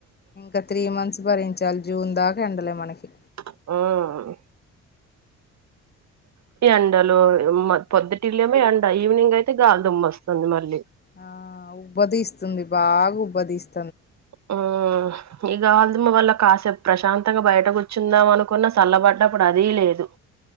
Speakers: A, on the left; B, on the right.
A: ఇంకా త్రీ మంత్స్ భరించ్ <inaudible> జూన్ దాకా ఎండలే మనకి
B: మ్మ్ ఎండలో మల్ పొద్దుటిలేమో ఎండ ఈవినింగ్ అయితే గాలిదుమ్మ వస్తుంది మళ్ళీ
A: ఆ ఉబ్బదిస్తుంది బాగా ఉబ్బదిస్త్
B: మ్మ్ ఇగ అల్ది మొగ్గొలా కాసేపు ప్రశాంతంగా బయట కూర్చుందాం అనుకున్న చల్లబడ్డప్పుడు అదీ లేదు